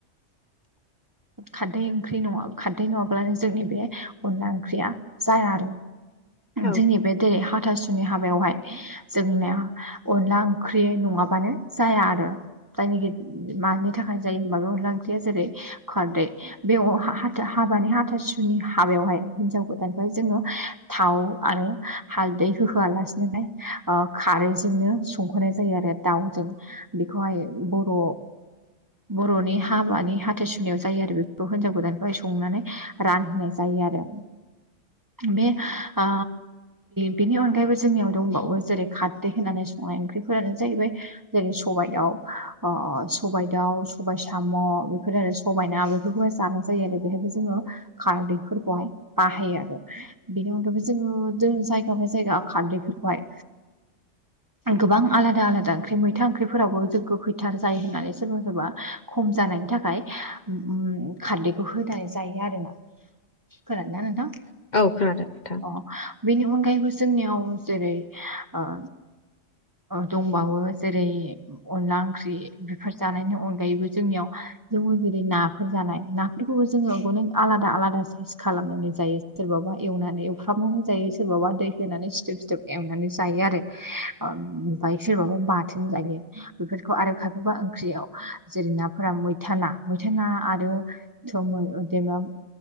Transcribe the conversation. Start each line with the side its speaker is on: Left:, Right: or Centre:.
Right: खारदै ओंख्रि नङा खारदै नङाब्लानो जोंनि बे अनला ओंख्रिया जाया आरो
Left: औ
Right: जोंनि बे जेरै हाथासु नि हाबायावहाय जोंनिया अनला ओंख्रि नङाबानो जाया आरो जायनिखि मानि थाखाय जायो होनबा बे अनला ओंख्रिया जेरै खारदै बेयाव अ हा हा हाथ हाबानि हाथासुनि हाबायावहाय हिनजाव गोदानखौहाय जोङो थाव आरो हालदै होहोआलासिनोहाय ओ खारैजोंनो संहोनाय जायो आरो दाउजों बेखौहाय बर' बर'नि हाबानि हाथासु नियाव जायो आरो बेखौ हिनजाव गोदानखौहाय संनानै रानहोनाय जायो आरो बे ओ बेनि अनगायैबो जोंनियाव दंबावो जेरै खारदै होनानै संनाय ओंख्रिफोरानो जाहैबाय जेरै सबाइ दाउ ओ सबाइ दाउ सबाय साम' बेफोर आरो सबाय ना बेफोरखौहाय जानाय जायो आरो बेहायबो जोङो खारदैफोरखौहाय बाहायो आरो बिनि अनगायैबो जोङो जों जायगा बाय जायगा खारदैफोरखौहाय गोबां आलादा आलादा ओंख्रि मैथा ओंख्रिफोरावबो जों गोखैथार जायो होननानै सोरबा सोरबा खम जानायनि थाखाय उम खारदैखौ होनानै जायो आरोना खोनादोंना नोंथां
Left: औ खोनादों नोंथां
Right: अ बेनि अनगायैबो जोंनियाव जेरै ओ दंबावो जेरै अनला ओंख्रि बेफोर जानायनि अनगायैबो जोंनियाव जों जेरै नाफोर जानाय नाफोरखौबो जोङो अनेक आलादा आलादा साइज खालामनानै जायो सोरबाबा एवनानै एवफ्राबनानै जायो सोरबाबा दै होनानै सिदोब सिदोब एवनानै जायो आरो ओ ओमफ्राय सोरबाबा बाथोन जायो बेफोरखौ आरो खायफाबा ओंख्रियाव जेरै नाफोरा मैथा ना मैथा ना आरो <unintelligible>